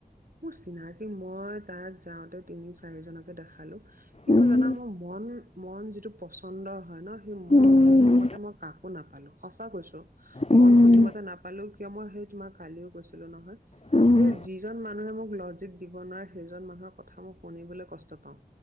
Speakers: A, on the right; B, on the left.
A: মোৰ চিনাকি মই তাত যাওঁতে তিনি চাৰি জনকে দেখালো কিন্তু
B: উম,
A: জানা মোৰ মন মন যিটো পচন্দৰ হয় ন স
B: উম,
A: মন সূচী মতে মই কাকো নাপালোঁ সঁচা কৈছোঁ
B: উম,
A: মন খুচী মতে নাপালোওঁ কিয় মই সেই তোমাৰ কালিও গৈছিলো নহয়
B: উম, উম,
A: যে যিজন মানুহ মানুহে মোক লজিক দিব নোৱাৰে সেইজন মানুহৰ কথা মই শুনিবলৈ কষ্ট পাওঁ